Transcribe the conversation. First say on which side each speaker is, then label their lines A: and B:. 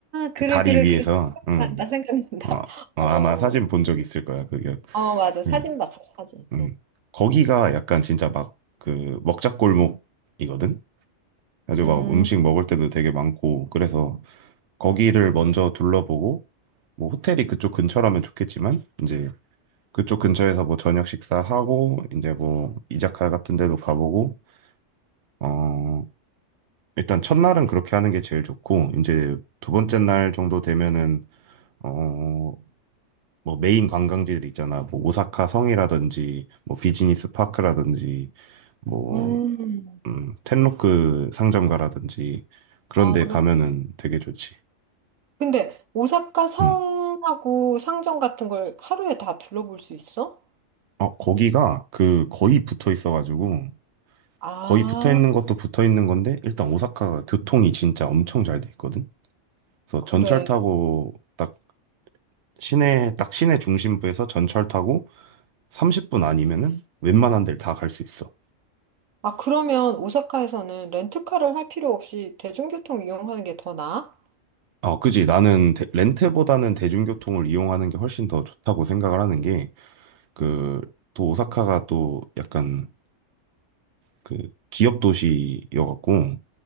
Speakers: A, on the right; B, on the right.
A: 그래,
B: 그 다리
A: 그래,
B: 위에서
A: 그래.
B: 응
A: 나 생각난다.
B: 어, 어,
A: 어,
B: 아마 사진 본 적 있을 거야. 그게.
A: 어, 맞아. 사진
B: 예.
A: 봤어, 사진.
B: 음. 거기가 약간 진짜 막 그 먹자골목이거든. 아주 막
A: 응.
B: 음식 먹을 때도 되게 많고 그래서 거기를 먼저 둘러보고 뭐 호텔이 그쪽 근처라면 좋겠지만 이제 그쪽 근처에서 뭐 저녁 식사하고 이제 뭐 이자카 같은 데도 가보고 어 일단 첫날은 그렇게 하는 게 제일 좋고 이제 두 번째 날 정도 되면은 어 뭐 메인 관광지들 있잖아. 뭐 오사카 성이라든지 뭐 비즈니스 파크라든지 뭐
A: 음, 음.
B: 음, 텐로크 상점가라든지 그런
A: 아,
B: 데
A: 그렇.
B: 가면은 되게 좋지.
A: 근데 오사카 성하고
B: 음.
A: 상점 같은 걸 하루에 다 둘러볼 수 있어?
B: 어, 거기가 그 거의 붙어 있어가지고
A: 아,
B: 거의 붙어 있는 것도 붙어 있는 건데 일단 오사카가 교통이 진짜 엄청 잘 돼 있거든. 그래서
A: 그래.
B: 전철 타고 딱 시내 딱 시내 중심부에서 전철 타고 30분 아니면은 웬만한 데를 다 갈 수 있어.
A: 아, 그러면 오사카에서는 렌트카를 할 필요 없이 대중교통 이용하는 게 더 나아?
B: 어, 그지. 나는 대- 렌트보다는 대중교통을 이용하는 게 훨씬 더 좋다고 생각을 하는 게, 그, 또 오사카가 또 약간 그 기업 도시여갖고